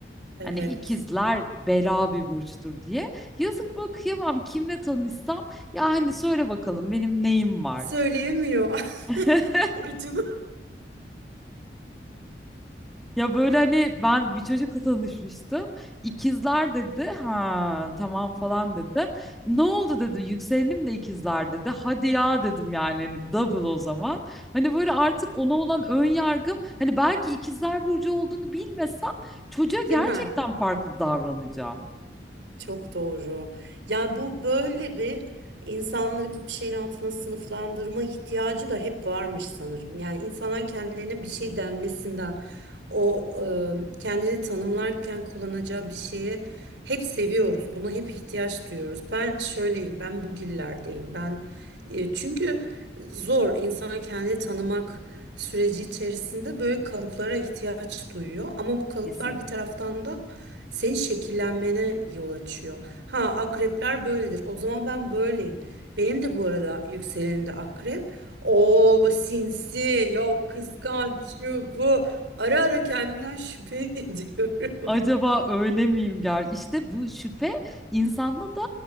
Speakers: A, on the right; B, in the centre.
A: Evet.
B: Hani ikizler bela bir burçtur diye. Yazık bakıyamam kimle tanışsam ya hani söyle bakalım benim neyim var.
A: Söyleyemiyor. <laughs>
B: <laughs>
A: Burcunu.
B: Ya böyle hani ben bir çocukla tanışmıştım. İkizler dedi. Ha tamam falan dedim. Ne oldu dedi. Yükselenim de ikizler dedi. Hadi ya dedim yani hani double o zaman. Hani böyle artık ona olan ön yargım hani belki ikizler burcu olduğunu bilmesem çocuğa
A: Değil
B: gerçekten
A: mi?
B: farklı davranacağım.
A: Çok doğru. Yani bu böyle bir insanları bir şeyin altına sınıflandırma ihtiyacı da hep varmış sanırım. Yani insanlar kendilerine bir şey denmesinden o e, kendini tanımlarken kullanacağı bir şeye hep seviyoruz. Buna hep ihtiyaç duyuyoruz. Ben şöyleyim, ben bugillerdeyim. Ben e, çünkü zor insan kendini tanımak süreci içerisinde böyle kalıplara ihtiyaç duyuyor. Ama bu kalıplar
B: Kesinlikle.
A: bir taraftan da senin şekillenmene yol açıyor. Ha akrepler böyledir. O zaman ben böyleyim. Benim de bu arada yükselenim de akrep. O sinsi, yok kıskanç, şu bu. Ara ara kendimden şüphe <laughs> ediyorum.
B: Acaba öyle miyim ger? İşte bu şüphe insanda da